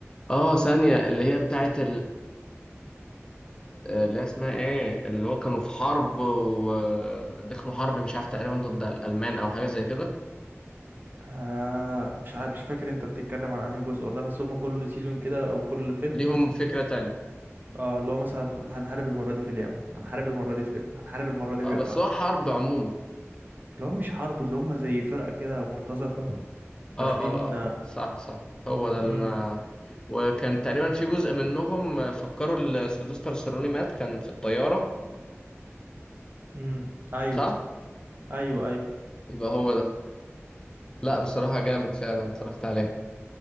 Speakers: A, on the left; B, on the right.
A: اه ثانية اللي هي بتاعت آه، اللي هي اسمها ايه اللي هو كانوا في حرب ودخلوا حرب مش عارف تقريبا ضد الألمان او حاجة زي كده
B: آه مش عارف مش فاكر انت بتتكلم عن انهي جزء والله بس هما كل سيزون كده او كل فيلم
A: ليهم فكرة تانية
B: اه اللي هو مثلا هنحارب المره دي في اليمن هنحارب المره دي في ليبيا هنحارب المره دي
A: اه
B: في ايطاليا
A: بس هو حرب عموما
B: اللي هو مش حرب اللي هما زي فرقه كده مرتزقه داخلين
A: اه اه اه صح صح هو ده اللي
B: امم
A: انا وكان تقريبا في جزء منهم فكروا ال- سيلفستر سالوني مات كان في الطيارة
B: امم ايوه
A: صح
B: ايوه ايوه
A: يبقى هو ده لا بصراحة جامد فعلا اتفرجت عليه